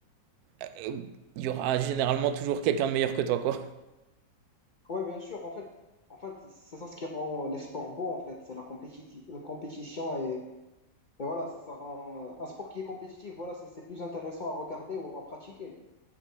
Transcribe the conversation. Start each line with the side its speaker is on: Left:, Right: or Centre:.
Right: euh, il y aura généralement toujours quelqu'un de meilleur que toi, quoi.
Left: Ouais, bien sûr. En fait, en fait, c'est ça ce qui rend les sports beaux, en fait. C'est la compétition, la compétition et, et voilà, ça, ça rend euh, un sport qui est compétitif. Voilà, c'est c'est plus intéressant à regarder ou à pratiquer.